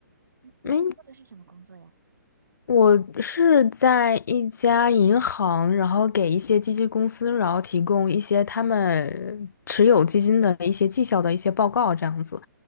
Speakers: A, on the right; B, on the left.
A: 嗯那你做的是什么工作呀？
B: 嗯，我是在一家银行，然后给一些基金公司，然后提供一些他们持有基金的一些绩效的一些报告，这样子。